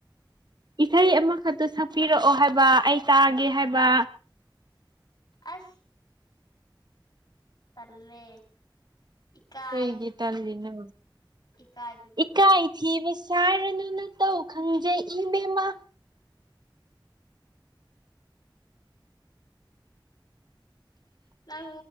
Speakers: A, on the right; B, on the left.
A: ꯏꯁꯩ ꯑꯃꯈꯛꯇ ꯁꯛꯄꯤꯔꯛꯑꯣ ꯍꯥꯏꯕ ꯑꯩ ꯇꯥꯒꯦ ꯍꯥꯏꯕ
B: ꯑꯁ ꯇꯜꯂꯦ ꯏꯀꯥꯏ
A: ꯀꯩꯒꯤ ꯇꯜꯂꯤꯅꯣ
B: ꯏꯀꯥꯏꯕꯒꯤ
A: ꯏꯀꯥꯏ ꯊꯤꯕ ꯁꯥꯥꯔꯅꯨ ꯅꯇꯧ ꯈꯪꯖꯩ ꯏꯕꯦꯝꯃ
B: ꯅꯪ